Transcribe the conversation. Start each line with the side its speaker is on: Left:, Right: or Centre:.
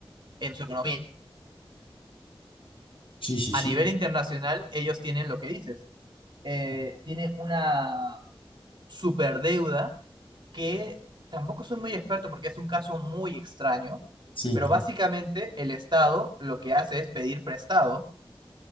Right: en su economía.
Left: Sí, sí,
Right: A
Left: sí.
Right: nivel internacional, ellos tienen lo que dices, eh, tiene una superdeuda que tampoco soy muy experto porque es un caso muy extraño,
Left: Sí,
Right: pero
Left: ¿no?
Right: básicamente el Estado lo que hace es pedir prestado